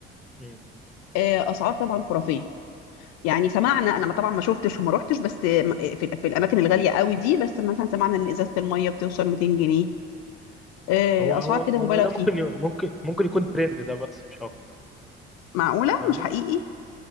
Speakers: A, in the centre; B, on the left.
A: مم.
B: آه، اسعار طبعا خرافيه يعني سمعنا انا ما- طبعا ما شفتش وما روحتش بس م- في, ال- في الاماكن الغاليه قوي دي بس مثلا سمعنا ان ازازه الميه بتوصل 200 جنيه آه،
A: هو
B: اسعار
A: هو
B: كده
A: هو
B: مبالغ
A: ده
B: فيها
A: ممكن ي... ممكن ممكن يكون ترند ده بس مش اكتر
B: معقوله
A: فاهمه
B: مش حقيقي